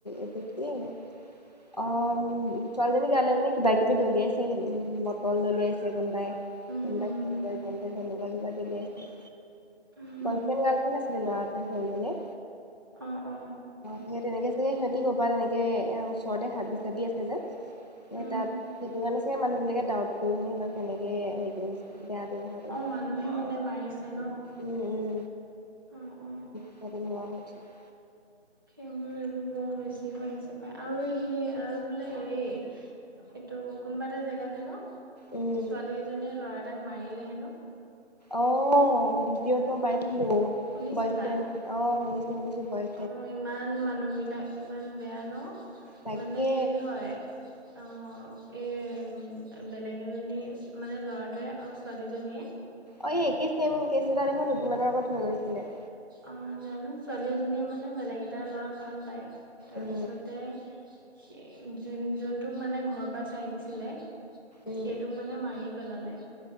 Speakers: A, on the left; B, on the right.
A: এটো কি অ', ছোৱালীজনী গালে মানে কিবা কিবি দলিয়াইছে উম, বটল দলিয়াইছে কোনোবাই,
B: উম
A: কোনবাই চেণ্ডেল-তেন্দেল তেনেকুৱা কিবা দলিয়াইছে।
B: উম
A: বয়ফ্ৰেণ্ড গাৰ্লফ্ৰেণ্ড আছিলে ল'ৰাটোৱে ছোৱালীজনীয়ে।
B: অ অ
A: সেই তেনেকে চাগে সিহঁতি ক'বাত তেনেকে এ ওচৰতে হাবি-চাবি আছে যে
B: উম
A: এই তাত, সেইটো কাৰণে চাগে মানুহ বিলাকে ডাউট কৰি পিনে সিহঁতক তেনেকে হেৰি কৰিছে। বেয়া ব্যৱহাৰ কৰিছে
B: অ', মানুহে মানে মাৰিছে ন'?
A: উম উম
B: অ', অ'।
A: <unintelligible>
B: সেইবোৰ এইবোৰ বৰ বেছি হৈ আছে পাই আৰু এইখিনি আৰু বোলে হেৰি এইটো কোনোবা এটা জেগাত হেনো
A: উম।
B: ছোৱালী এজনীয়ে ল'ৰা এটাক মাৰিলে হেনো।
A: অ', ভিডিঅ'ত মই
B: শুনি
A: পাইছিলো
B: শুনিছিলা
A: বয়ফ্ৰেণ্ড অ', শুনিছো শুনিছো বয়
B: অ', ইমান মানুহবিলাক ইমান বেয়া ন'
A: তাকে
B: মানে হেৰি হয় অ', এই বেলেগ এজনী মানে ল'ৰাটোৱে অ', ছোৱালীজনীয়ে
A: অ', একেই ছেম কেচ এটা দেখোন দুদিনমানৰ আগত হৈ গৈছিলে।
B: অ', জানো ছোৱালী এজনীয়ে মানে বেলেগ এটা ল'ৰাক ভাল পায় তাৰপিছত
A: উম
B: এ যোন-যোনটো মানে ঘৰৰ পৰা চাই দিছিলে
A: উম
B: সেইটোক মানে মাৰি পেলালে।